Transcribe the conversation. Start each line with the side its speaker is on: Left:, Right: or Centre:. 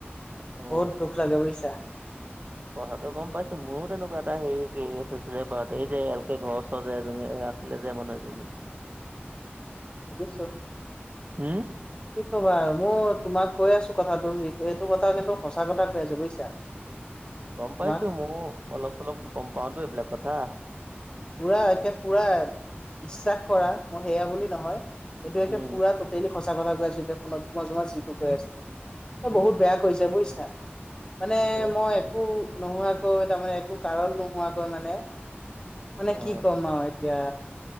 Right: অ
Left: বহুত দুখ লাগে বুজিছা।
Right: কথাটো গম পাইছো মোৰো তেনেকুৱা এটা হৰি কেচ আছিলে বা এই যে কে ঘৰ ওচৰ যে এজনী। আছিলে যে মানুহ এজনী।
Left: বুজি ছো।
Right: হম।
Left: কি কবা আৰু মই তোমাক কৈ আছো কথাটো যিটো এইটো কথা কিন্তু সঁচা কথা কৈ আছো বুজিছা।
Right: গম পাইছো
Left: তোমাক
Right: ময়ো অলপ চলপ গম পাওতো এইবিলাক কথা।
Left: পুৰা একে পুৰা বিশ্বাস কৰা মই সেয়া বুলি নহয় এইটো
Right: উম
Left: একে পুৰা টুটেলি, সঁচা কথা কৈ আছোঁ এতিয়া ফোনত তোমা যিটো কথা কৈ আছে
Right: উম
Left: বহুত বেয়া কৈছে বুজিছা, মানে
Right: এই
Left: মই একো নোহোৱাকৈ তাৰমানে একো কাৰণ নোহোৱাকৈ মানে, মানে
Right: অ
Left: কি ক'ম আৰু এতিয়া।